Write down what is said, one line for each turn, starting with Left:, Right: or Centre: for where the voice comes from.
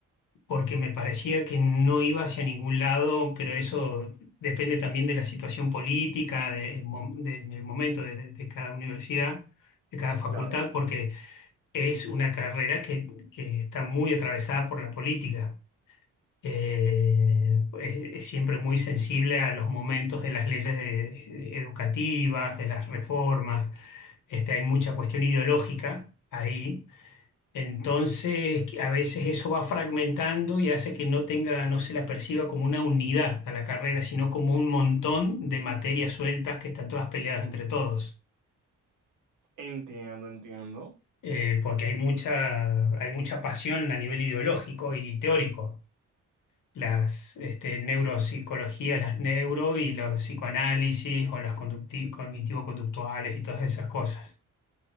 Left: porque me parecía que no iba hacia ningún lado, pero eso depende también de la situación política, de- mo- del del momento de, de cada universidad, de cada facultad,
Right: Claro.
Left: porque es una carrera que, que está muy atravesada por la política. Eh, es, es siempre muy sensible a los momentos de las leyes de- educativas, de las reformas. Este, hay mucha cuestión ideológica ahí entonces, que a veces eso va fragmentando y hace que no tenga, no se la perciba como una unidad a la carrera, sino como un montón de materias sueltas que están todas peleadas entre todos.
Right: Entiendo, entiendo.
Left: Eh, porque hay mucha, hay mucha pasión a nivel ideológico y teórico. Las este, neuropsicologías, las neuro y los psicoanálisis o las conducti- cognitivo-conductuales y todas esas cosas.